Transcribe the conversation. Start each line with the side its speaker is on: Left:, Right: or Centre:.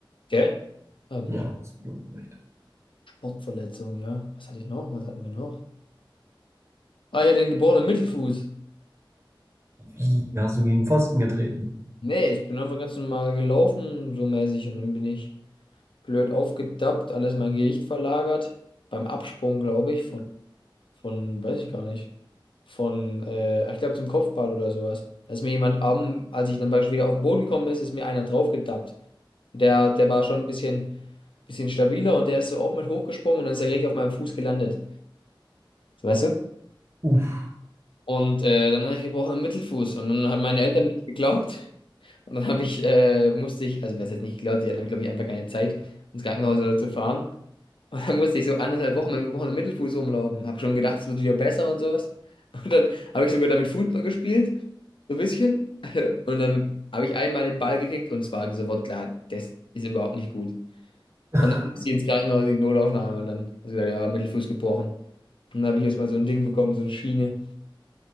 Left: Gell? Ah,
Right: Ja, absolut recht.
Left: Sportverletzung, ja. Was hatte ich noch? Was hatten wir noch? Ah ja, den geborenen Mittelfuß.
Right: Wie hast du gegen Pfosten getreten?
Left: Nee, ich bin einfach ganz normal gelaufen, so mäßig, und dann bin ich blöd aufgedappt, alles mein Gewicht verlagert. Beim Absprung, glaube ich, von Von, weiß ich gar nicht. Von, äh, ich glaube zum Kopfball oder sowas. Da ist mir jemand am, als ich dann beispielsweise wieder auf den Boden gekommen ist, ist mir einer draufgetappt. Der, der war schon ein bisschen, bisschen stabiler und der ist so auch mit hochgesprungen und dann ist er direkt auf meinem Fuß gelandet. So, Weißt du?
Right: Uff.
Left: Und äh, dann hatte ich gebrochenen Mittelfuß und dann haben meine Eltern mir nicht geglaubt. Und dann habe ich, äh, musste ich, also was jetzt nicht geglaubt, die hatten, glaube ich, einfach keine Zeit, ins Krankenhaus oder zu fahren. Und dann musste ich so anderthalb Wochen mit dem gebrochenen Mittelfuß rumlaufen. Habe schon gedacht, es wird wieder besser und sowas. Und dann habe ich sogar damit Fußball gespielt, so ein bisschen. <laughs> Und dann habe ich einmal den Ball gekickt und es war sofort klar, das ist überhaupt nicht gut. Und
Right: <laughs>
Left: dann musste ich ins Krankenhaus in die Notaufnahme und dann habe ich gesagt, ja, Mittelfuß gebrochen. Und dann habe ich erstmal so ein Ding bekommen, so eine Schiene.